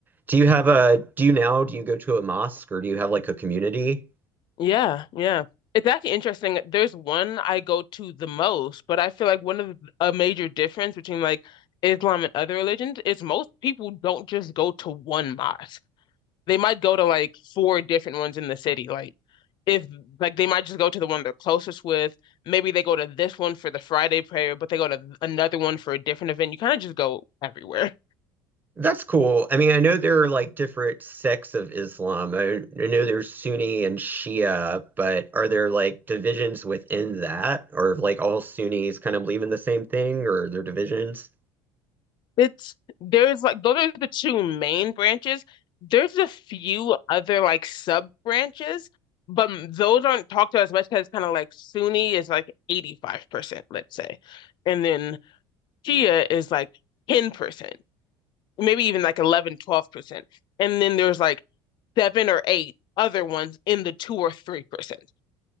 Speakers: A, on the right; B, on the left.
A: do you have a, do you now, do you go to a mosque or do you have like a community?
B: Yeah, yeah. It's actually interesting. There's one I go to the most, but I feel like one of a major difference between like Islam and other religions is most people don't just go to one mosque. They might go to like four different ones in the city. Like if like they might just go to the one they're closest with. Maybe they go to this one for the Friday prayer, but they go to another one for a different event. You kind of just go everywhere.
A: That's cool. I mean, I know there are like different sects of Islam. I, I know there's Sunni and Shia, but are there like divisions within that? Or if, like all Sunnis kind of believe in the same thing or are there divisions?
B: It's there's like those are the two main branches. There's a few other like sub branches, but m- those aren't talked to as much because kind of like Sunni is like 85%, let's say. And then Shia is like 10%, maybe even like eleven, twelve percent And then there's like seven or eight other ones in the two or 3%.